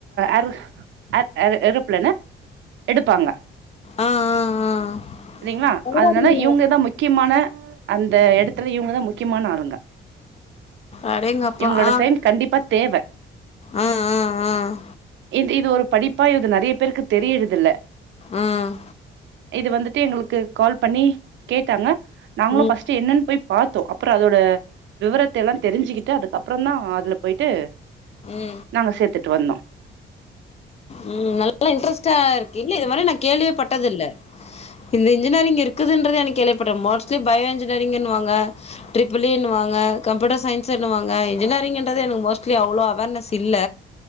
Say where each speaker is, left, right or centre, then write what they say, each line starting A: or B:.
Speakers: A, on the right; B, on the left.
A: அர் அ அ எறோப்லேன்ன எடுப்பாங்க
B: ஆ ஆ ஆ
A: சரிங்களா
B: பரவாயில்ல.
A: அதனால இவங்கதான் முக்கியமான அந்த எடத்துல இவுங்கதான் முக்கிய முக்கியமான ஆளுங்க
B: அடேங்கப்பா
A: இவங்களோட
B: ஆஹ்
A: சைன் கண்டிப்பா தேவ
B: ஆஹ் ஆஹ் ஆஹ்
A: இது இது ஒரு படிப்பா இது நெறைய பேருக்கு தெரியிறது இல்ல
B: ஆஹ்
A: இது வந்துட்டு எங்களுக்கு கால் பண்ணி கேட்டாங்க நாங்களும்
B: ம்
A: ஃப்ர்ஸ்ட் என்னன்னு போய் பாத்தோம் அப்புறம் அதோட விவரத்த எல்லாம் தெரிஞ்சுக்கிட்டு அதுக்கப்புறம் தான் அதுல போயிட்டு
B: ம்
A: நாங்க சேத்துட்டு வந்தோம்
B: உம் நல்லா இன்டரஸ்டா இருக்கு இல்ல இது மாரி நான் கேள்விப்பட்டது இல்ல இந்த இன்ஜினியரிங் இருக்குதுன்றதே எனக்கு கேள்விப்பட்டேன் மோஸ்ட்லி பயோ இன்ஜினியரிங்வாங்க ட்ரிபிள்னுவாங்க கம்ப்யூட்டர் சயின்ஸ்ன்னுவாங்க இன்ஜினியரிங்ன்றது எனக்கு மோஸ்ட்லி அவ்ளோ அவர்னஸ் இல்ல